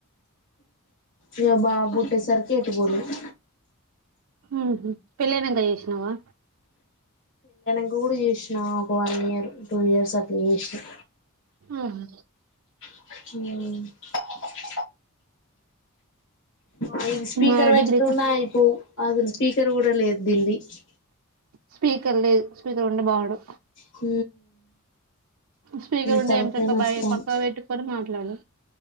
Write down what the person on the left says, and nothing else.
ఇక బాబు పుట్టేసరికి ఎటు పోలేదు.
ఇంకా కూడా చూసినా ఒక వన్ ఇయర్, టూ ఇయర్స్ అట్లా చేసాం.
హ <unintelligible> అయి స్పీకర్
పెట్టుకున్నా
అయిపోయు స్పీకర్ కూడా లేదు దీనికి
హ
తలకాయ
నొస్తోంది.